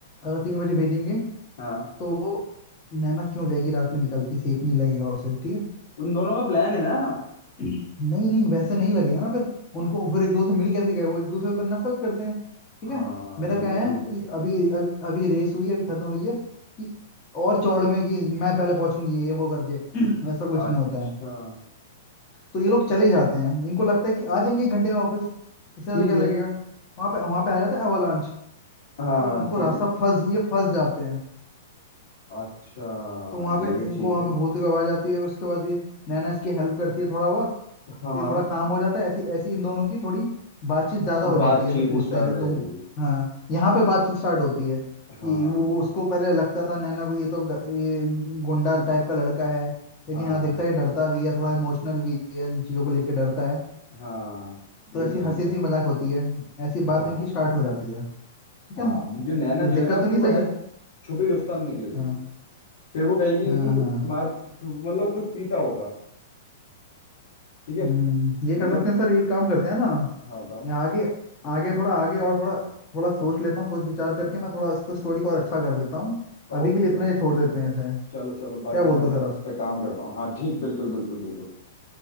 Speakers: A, on the left (about 30°); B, on the left (about 60°).
A: अगर तीन बजे भेजेंगे
B: हाँ
A: तो नैना क्यों जाएगी रात में निकलती सेफ नहीं लगेगा उसे ठीक है
B: उन दोनों का प्लान है ना
A: <clears throat> नहीं नहीं वैसे नहीं लगेगा ना फिर उनको फिर एक दूसरे से मिल कैसे गए वो एक दूसरे पर नफरत करते हैं ठीक
B: हाँ
A: है मेरा
B: ये
A: क्या
B: भी
A: है
B: ठीक है
A: कि अभी अभी, अभी रेस हुई है, अभी खत्म हुई है कि और चौड़ में कि मैं पहले पहुंचूंगी ये वो करके <clears throat> ऐसा कुछ
B: अच्छा
A: नहीं होता है तो ये लोग चले जाते हैं इनको लगता है कि आ जाएंगे एक घंटे में वापस इससे ज्यादा
B: ठीक
A: क्या
B: है
A: लगेगा वहां पे वहां पे आ जाता है एवलांच
B: हाँ
A: तो इनको
B: ठीक
A: रास्ता
B: है
A: फंस ये फंस जाते हैं
B: अच्छा
A: तो वहां पे
B: ये भी
A: इनको
B: ठीक
A: वहां
B: है
A: पे भूत की आवाज आती है उसके बाद ये नैना इसकी हेल्प करती है थोड़ा बहुत तो
B: हाँ हाँ
A: ये थोड़ा काम हो जाता है ऐसी ऐसी इन दोनों की थोड़ी बातचीत ज्यादा हो जाती
B: बातचीत
A: है ऐसे पूछते
B: स्टार्ट
A: हैं कि
B: हो
A: तुम
B: जाएगी
A: हाँ यहाँ पे बातचीत स्टार्ट होती है
B: हाँ
A: कि वो उसको पहले लगता था नैना को ये तो ग, ये गुंडा टाइप का लड़का है लेकिन
B: हाँ
A: यहाँ देखता है ये डरता भी है थोड़ा इमोशनल भी है इन चीजों को लेके डरता है
B: हाँ ये
A: तो ऐसी
B: ठीक
A: हंसी हंसी
B: है
A: मजाक होती है ऐसी
B: हाँ
A: बात इनकी स्टार्ट हो जाती है ठीक
B: हाँ
A: है ना
B: जो नैना
A: कुछ
B: जो
A: दिक्कत
B: है ना अपनी
A: तो नहीं
B: वो
A: सही
B: है छुपी रुस्तम निकलेगी
A: हाँ
B: फिर वो कहेगी
A: हाँ
B: कि
A: हाँ
B: तुम्हारा मतलब वो कुछ पीता होगा ठीक है
A: हम्म ये
B: मतलब
A: कर सकते हैं सर ये काम करते हैं ना
B: हाँ बताओ
A: यहाँ आगे आगे थोड़ा आगे और थोड़ा थोड़ा सोच लेता हूँ सोच विचार करके मैं थोड़ा इसको स्टोरी को और अच्छा कर देता हूँ
B: Okay
A: अभी के लिए इतना
B: okay
A: ही छोड़ देते हैं इसे
B: चलो चलो
A: क्या
B: बाकी
A: बोलते
B: मैं
A: हो सर आप
B: इस पे काम करता हूँ हाँ ठीक बिल्कुल बिल्कुल बिल्कुल